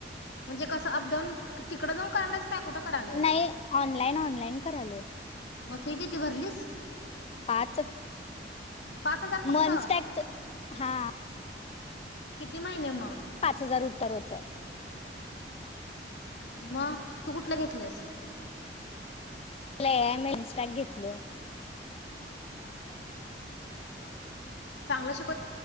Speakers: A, on the left; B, on the left.
A: म्हणजे कसं अपडाऊन तिकडं जाऊन करायच काय कुठं करायलास?
B: नाही ऑनलाईन ऑनलाईन करालोय
A: मग फि किती भरलीस?
B: पाच
A: पाच हजार फक्त.
B: मंथ टॅगच हा.
A: किती महिने मग?
B: पाच हजार उत्तर होतं.
A: मग, तू कुठला घेतल्यास?
B: मला <unintelligible> इनस्टाक घेतलो.
A: चांगलं शिक